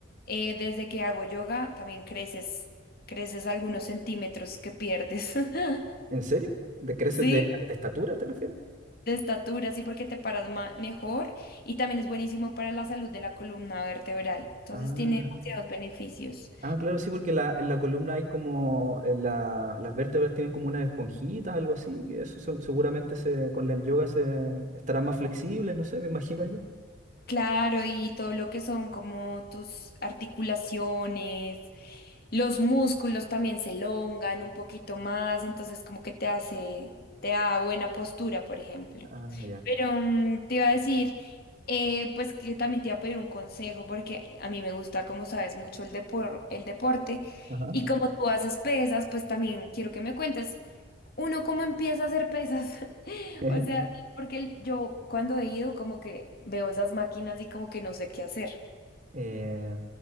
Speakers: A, on the left (about 50°); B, on the right (about 40°).
A: Eh, desde que hago yoga también creces, creces algunos centímetros que pierdes, <laughs>
B: ¿En serio? ¿De creces
A: ¿sí?
B: de, de estatura te refieres?
A: De estatura, sí, porque te paras ma- mejor y también es buenísimo para la salud de la columna vertebral. Entonces
B: Ah.
A: tiene demasiados beneficios.
B: Ah, claro, sí, porque la, en la columna hay como en la- las vértebras tienen como unas esponjitas, algo así, que eso se- seguramente se, con el yoga se estarán más flexibles, no sé, me imagino yo.
A: Claro, y todo lo que son como tus articulaciones, los músculos también se elongan un poquito más, entonces como que te hace, te da buena postura, por ejemplo.
B: Ah, ya.
A: Pero mm, te iba a decir, eh, pues que también te iba a pedir un consejo, porque a mí me gusta, como sabes, mucho el depor- el deporte,
B: Ajá.
A: y como tú haces pesas, pues también quiero que me cuentes uno cómo empieza a hacer pesas. <laughs>
B: <laughs>
A: O sea, porque el- yo cuando he ido como que veo esas máquinas y como que no sé qué hacer.
B: Eh,